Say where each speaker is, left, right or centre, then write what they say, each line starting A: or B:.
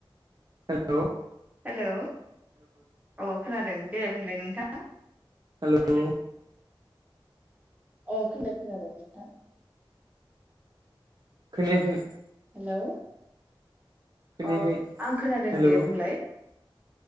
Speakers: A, on the right; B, on the right.
A: हेल'
B: हेलौ औ खोनादों दराये बुंलाय नोंथां
A: हेल'
B: हेल अ खोनादों खोनादों नोंथां
A: खोनायाखै
B: हेलौ
A: खोनायाखै
B: अ आं खोनादों
A: हेलौ
B: दे बुंलाय